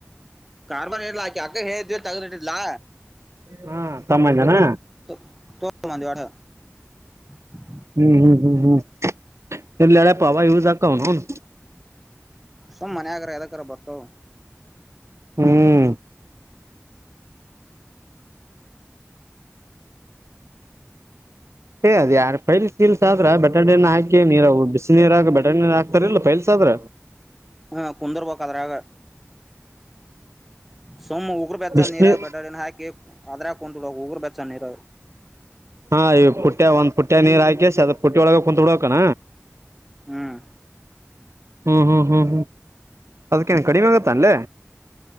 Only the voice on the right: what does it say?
ಹಾ ತಮ್ಮ ಇದನಾ.
ಹ್ಮ್ ಹ್ಮ್ ಹ್ಮ್ ಹ್ಮ್ ಎ ಲಳೆ ಪಾವ ಇವುಕ ಹನು ಹನು
ಹ್ಮ್ ಏ್ ಅದ ಯಾರ ಪೈಲ್ಲ್ಸ ಆದ್ರ ಬೆಟ್ಟಣಿಯನ್ನ ಹಾಕಿ ನೀ ಬಿಸ ನೀರಗ ಬೆಟಣ ಹಾಕ್ತಾರಲ್ಲ ಪೈಲ್ಸ ಆದ್ರ
ಬಿಸಿನೀರ್
ಹಾ ಈ ಪುಟ್ಟ್ಯ ಒಂದ್ ಪುಟ್ಟ್ಯ ನೀರ್ ಹಾಕಿ ಸದ ಪುಟ್ಟಿಯ ಒಳಗ ಕುೂತ್ ಬಿಡ್ಕಣ
ಹ್ಮ್ ಹ್ಮ್ ಹ್ಮ್ ಹ್ಮ್ ಅದಕ್ಕೇನ್ ಕಡಿಮೆ ಆಗತ್ತಾ ಅಲ್ಲ